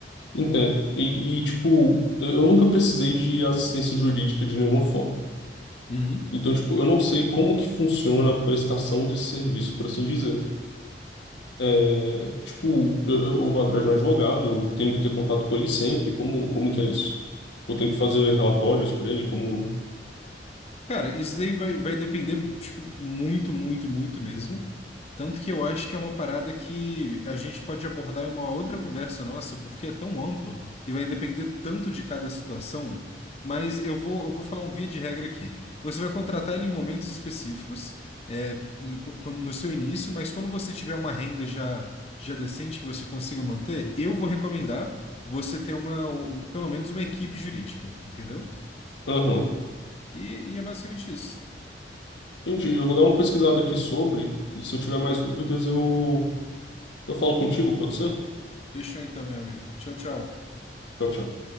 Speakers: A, on the left; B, on the left.
A: entendo. E, e, tipo, eu nunca precisei de assistência jurídica de nenhuma forma.
B: Uhum.
A: Então, tipo, eu não sei como que funciona a prestação desse serviço, por assim dizer. É, tipo, eu, eu vou atrás de um advogado, eu tenho que ter contato com ele sempre. Como, como que é isso? Eu tenho que fazer relatórios para ele, como...
B: Cara, isso daí vai, vai depender, tipo, muito, muito, muito mesmo. Tanto que eu acho que é uma parada que a gente pode abordar em uma outra conversa nossa, porque é tão amplo e vai depender tanto de cada situação. Mas eu vou, eu vou falar um via de regra aqui. Você vai contratar ele em momentos específicos, é, em- quando- no seu início, mas quando você tiver uma renda já, já decente que você consiga manter, eu vou recomendar você ter uma, um- pelo menos uma equipe jurídica, entendeu?
A: Aham,
B: E, e é basicamente isso.
A: entendi. Eu vou dar uma pesquisada aqui sobre, e se eu tiver mais dúvidas, eu, eu falo contigo, pode ser?
B: Fechou então, meu amigo. Tchau, tchau.
A: Tchau, tchau.